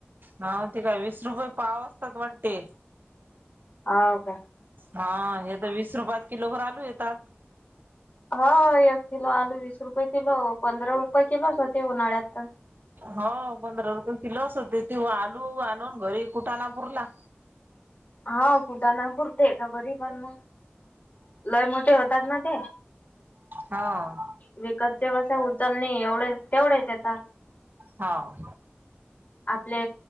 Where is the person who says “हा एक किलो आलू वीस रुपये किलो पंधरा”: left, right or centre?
Left